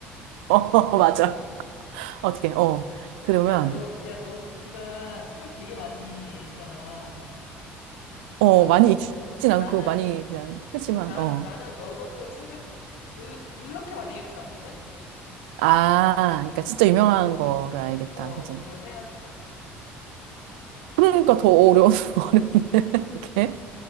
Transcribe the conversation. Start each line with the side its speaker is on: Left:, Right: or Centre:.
Right: <laughs> 어, 맞아. 어떻게, 어. 그러면,
Left: 야, 너, 야, 너, 네가 책을 되게 많이 읽잖아.
Right: 어,
Left: 봐봐.
Right: 많이 익진 않고
Left: 나는,
Right: 많이 그냥 표지만,
Left: 나,
Right: 어.
Left: 나는 너 정도 책을 그, 그렇게 많이 읽진 않거든?
Right: 아, 그러니까 진짜 유명한 거를 알겠다.
Left: 어, 어,
Right: 그치?
Left: 그걸 생각해봐. 어.
Right: 그러니까 더 어려운, <laughs> 어렵네. 이렇게.